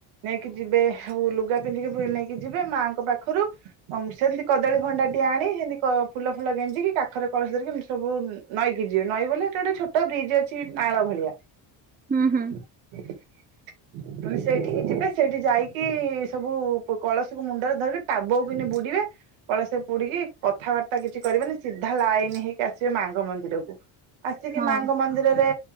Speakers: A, on the right (about 85°); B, on the right (about 20°).
A: ନେଇକି ଯିବେ ଆଉ ଲୁଗା ପିନ୍ଧିକି ନେଇକି ଯିବେ ମାଆଙ୍କ ପାଖରେ ପାଖରୁ ସେମିତି କଦଳୀ ଭଣ୍ଡାଟିଏ ଆଣି ସେମିତି ଫୁଲ ଫୁଲ ଗେଞ୍ଜିକି କାଖରେ କଳସ ଧରିକି ଏମତି ସବୁ ନଈକି ଯିବେ ନଈ ବୋଲେ ହେଟେ ଗୋଟେ ଛୋଟ ବ୍ରିଜ୍ ଅଛି ନାଳ ଭଳିଆ।
B: ହୁଁ ହୁଁ।
A: <inaudible> ସେଇଠିକି ଯିବେ ସେଇଠି ଯାଇକି ସବୁ କଳସକୁ ମୁଣ୍ଡରେ ଧରିକି ଟାବକୁ କିନି ବୁଡିବେ କଳ ସେ ପୁଡିକି କଥାବାର୍ତ୍ତା କିଛି କରିବେନି ସିଧା ଲାଇନ ହେଇକି ଆସିବେ ମାଙ୍କ ମନ୍ଦିର କ ଆସିକି
B: ହଁ
A: ମାଙ୍କ ମନ୍ଦିର ରେ